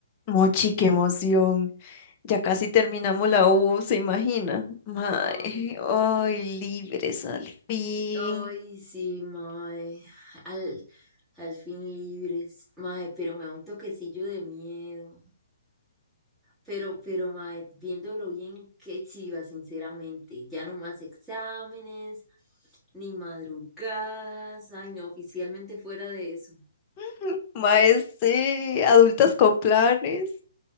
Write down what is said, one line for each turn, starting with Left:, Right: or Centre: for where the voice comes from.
Left: Mochi, qué emoción. Ya casi terminamos la U, ¿se imagina? Mae,
Centre: Ay,
Left: ay, libres al fin.
Centre: ay, sí, mae. Al, al fin libres, mae, pero me da un toquecillo de miedo. Pero, pero, mae, viéndolo bien, qué chiva, sinceramente. Ya no más exámenes, ni madrugadas. Ay, no, oficialmente fuera de eso.
Left: <laughs> Mae, sí, adultas con planes.